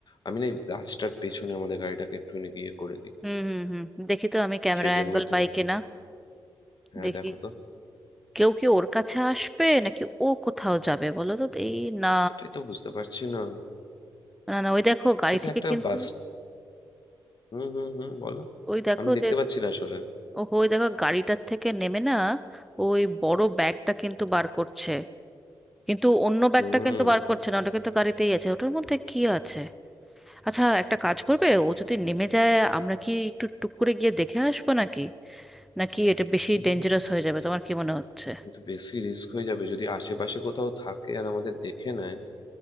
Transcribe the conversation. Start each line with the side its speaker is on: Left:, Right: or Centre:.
Left: আমি না এই গাছটার পেছনে আমাদের গাড়িটাকে একটুখানি গিয়ে করে দিই
Centre: হুম হুম হুম দেখি তো আমি ক্যামেরা
Left: শেডের
Centre: অ্যাঙ্গেল
Left: মধ্যে
Centre: পাই
Left: রেখে
Centre: কিনা
Left: দিই হ্যাঁ
Centre: দেখি
Left: দেখো তো
Centre: কেউ কি ওর কাছে আসবে নাকি ও কোথাও যাবে বলো তো এই না
Left: সেটাই তো বুঝতে পারছি না
Centre: না না ওই দেখো গাড়ি
Left: কোথায়
Centre: থেকে
Left: একটা
Centre: কিন্তু
Left: বাস হুম হুম হুম বলো
Centre: ওই দেখো
Left: আমি দেখতে
Centre: যে
Left: পাচ্ছি না আসলে
Centre: ওহো ওই দেখো গাড়িটার থেকে নেমে না ওই বড় ব্যাগটা কিন্তু বার করছে কিন্তু অন্য ব্যাগটা
Left: হুম
Centre: কিন্তু বার করছে না ওটা কিন্তু গাড়িতেই আছে ওটার মধ্যে কি আছে আচ্ছা একটা কাজ করবে ও যদি নেমে যায় আমরা কি একটু টুক করে গিয়ে দেখে আসবো নাকি নাকি এটা বেশি
Left: হুম,
Centre: ডেঞ্জারাস হয়ে যাবে তোমার কি মনে হচ্ছে
Left: কিন্তু বেশি রিস্ক হয়ে যাবে যদি আশেপাশে কোথাও থাকে আর আমাদের দেখে নেয়